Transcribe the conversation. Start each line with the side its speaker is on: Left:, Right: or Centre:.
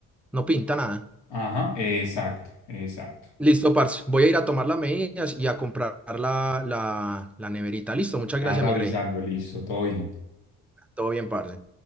Centre: no pinta nada.
Left: Ajá, exacto, exacto.
Centre: Listo, parce. Voy a ir a tomar las medidas y a comprar la, la, la neverita. Listo,
Left: Me
Centre: muchas gracias,
Left: vas avisando,
Centre: mi rey.
Left: listo, todo bien.
Centre: Todo bien, parce.